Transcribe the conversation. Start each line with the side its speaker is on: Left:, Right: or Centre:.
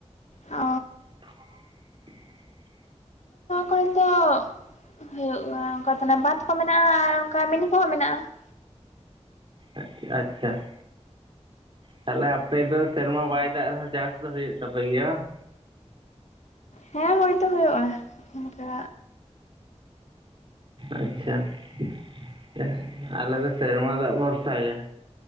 Left: ᱚ
Right: <unintelligible>
Left: ᱠᱚᱫᱚ ᱦᱩᱭᱩᱜᱼᱟ ᱚᱱᱠᱟ ᱛᱟᱦᱮᱱᱟᱜ ᱵᱟᱸᱫᱽ ᱠᱚ ᱢᱮᱱᱟᱜᱼᱟ ᱟᱨ ᱚᱱᱠᱟ ᱢᱤᱱᱤ ᱠᱚᱦᱚᱸ ᱢᱮᱱᱟᱜᱼᱟ ᱾
Right: ᱟᱪ ᱟᱪᱪᱷᱟ ᱾ ᱛᱟᱦᱞᱮ ᱟᱯᱮ ᱫᱚ ᱥᱮᱨᱢᱟ ᱵᱟᱭ ᱫᱟᱜ ᱨᱮᱦᱚᱸ ᱪᱟᱥ ᱫᱚ ᱦᱩᱭᱩᱜ ᱛᱟᱯᱮ ᱜᱮᱭᱟ ᱵᱟᱝ?
Left: ᱦᱮᱸ ᱦᱳᱭ ᱫᱚ ᱦᱳᱭᱳᱜᱼᱟ ᱚᱱᱠᱟ
Right: ᱟᱪᱪᱷᱟ ᱾ ᱟᱞᱮ ᱫᱚ ᱥᱮᱨᱢᱟ ᱫᱟᱜ ᱵᱷᱚᱨᱥᱟ ᱜᱮ ᱾